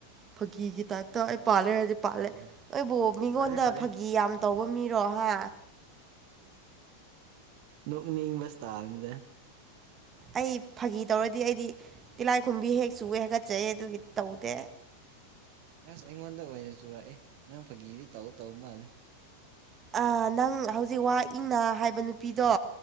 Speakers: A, on the right; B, on the right.
A: ꯐꯥꯒꯤꯒꯤ ꯇꯥꯏꯞꯇ ꯑꯩ ꯄꯥꯜꯂꯦ ꯍꯥꯏꯔꯗꯤ ꯄꯥꯜꯂꯦ
B: ꯑꯣ
A: ꯑꯩꯕꯨ ꯃꯤꯉꯣꯟꯗ
B: ꯐꯔꯦ ꯐꯔꯦ
A: ꯐꯥꯒꯤ ꯌꯥꯝ ꯇꯧꯕ ꯃꯤꯔꯣ ꯍꯥ
B: ꯅꯣꯛꯅꯤꯡꯕ ꯁ꯭ꯇꯥꯜꯅꯤꯗ
A: ꯑꯩ ꯐꯥꯒꯤ ꯇꯧꯔꯗꯤ ꯑꯩꯗꯤ ꯇꯤꯂꯥꯏꯈꯨꯝꯕꯤ ꯍꯦꯛ ꯆꯨꯌꯦ ꯍꯒꯠꯆꯩ ꯑꯗꯨꯒꯤ ꯇꯧꯗꯦ
B: ꯑꯁ ꯑꯩꯉꯣꯟꯗ ꯑꯣꯏꯅ ꯆꯨꯔꯛꯑꯦ ꯅꯪ ꯐꯥꯒꯤꯗꯤ ꯇꯧ ꯇꯧ ꯃꯥꯜꯂꯦ
A: ꯑꯥ ꯅꯪ ꯍꯧꯖꯤꯛ ꯋꯥ ꯏꯪꯅ ꯍꯥꯏꯕ ꯅꯨꯄꯤꯗꯣ